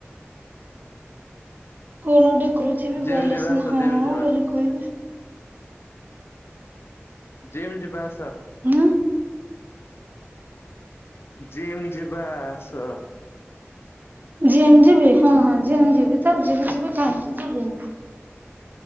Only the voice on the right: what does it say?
କଣ <unintelligible>
ବୋଲି
ସିନା
ହଁ
ବୋଲି କହିବି।
ମୁଁ।
ଜିମ୍ ଯିବି ହଁ -ହଁ ଜିମ୍ ଯିବି ତ ଜିମ୍ ଯିବି କାହିଁକି ଯିବିନି।